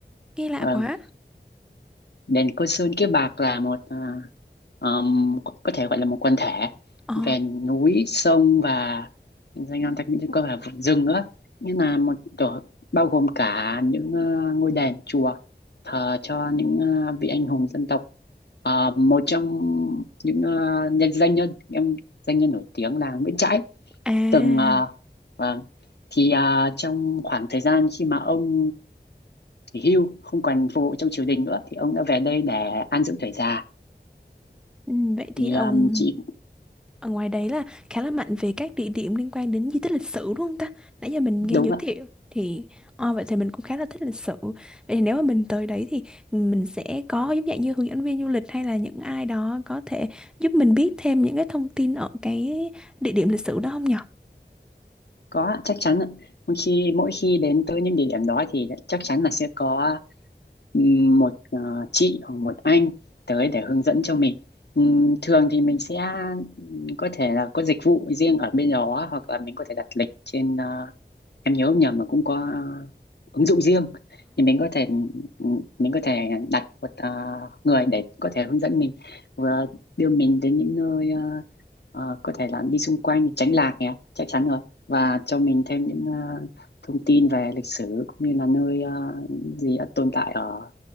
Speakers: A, in the centre; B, on the left (about 65°).
A: Nghe lạ
B: Vâng,
A: quá.
B: đền Côn Sơn Kiếp Bạc là một à, ừm, có thể gọi là một quần thể
A: Ồ,
B: về núi, sông và danh lam thắng cảnh có cả vùng rừng nữa. Như là một tổ bao gồm cả những ờ, ngôi đền chùa thờ cho những ờ, vị anh hùng dân tộc. Ờ, một trong những ờ, nhân danh nhân em danh nhân nổi tiếng là Nguyễn Trãi
A: à,
B: từng à, vâng thì à, trong khoảng thời gian khi mà ông nghỉ hưu không còn phục vụ trong triều đình nữa thì ông đã về đây để an dưỡng tuổi già
A: ừ, vậy thì
B: thì
A: ông
B: à, chị
A: ở ngoài đấy là khá là mạnh về các địa điểm liên quan đến di tích lịch sử đúng không ta? Nãy giờ mình
B: đúng
A: nghe giới
B: ạ
A: thiệu thì ồ, vậy thì mình cũng khá là thích lịch sử. Vậy thì nếu mà mình tới đấy thì mình sẽ có giống dạng như hướng dẫn viên du lịch hay là những ai đó có thể giúp mình biết thêm những cái thông tin ở cái địa điểm lịch sử đó không nhở?
B: có ạ, chắc chắn ạ mỗi khi mỗi khi đến tới những địa điểm đó thì chắc chắn là sẽ có ừm, một à, chị hoặc một anh tới để hướng dẫn cho mình Ừm, thường thì mình sẽ ừm, có thể là có dịch vụ riêng ở bên đó hoặc là mình có thể đặt lịch trên à, em nhớ không nhầm mà cũng có ứng dụng riêng thì mình có thể mình có thể đặt một ờ, người để có thể hướng dẫn mình vừa đưa mình đến những nơi ờ, ờ, có thể là đi xung quanh để tránh lạc nhé chắc chắn rồi và cho mình thêm những ờ, thông tin về lịch sử cũng như là nơi ờ, gì đã tồn tại ở,